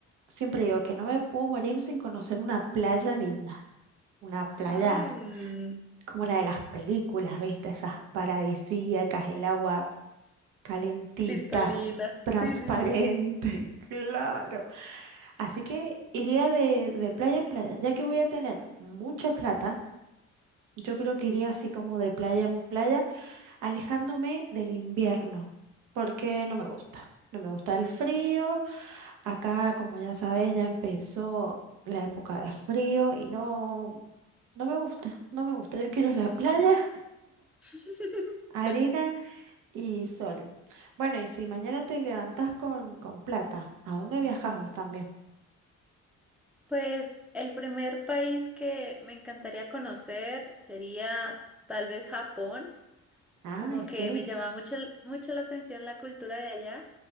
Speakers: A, on the right; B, in the centre.
A: siempre digo que no me puedo morir sin conocer una playa linda, una playa.
B: Mmm,
A: como la de las películas, ¿viste? Esas paradisíacas, el agua calentita,
B: cristalina.
A: transparente,
B: Sí, sí, sí.
A: <laughs> claro. Así que iría de, de playa en playa, ya que voy a tener mucha plata, yo creo que iría así como de playa en playa, alejándome del invierno, porque no me gusta. No me gusta el frío. Acá, como ya sabes, ya empezó la época de frío y no, no me gusta, no me gusta. Yo quiero la playa
B: <laughs>
A: Arena y sol. Bueno, y si mañana te levantas con, con plata, ¿a dónde viajamos también?
B: Pues el primer país que me encantaría conocer sería tal vez Japón.
A: Ay,
B: Como que
A: sí.
B: me llama mucho, el- mucho la atención la cultura de allá,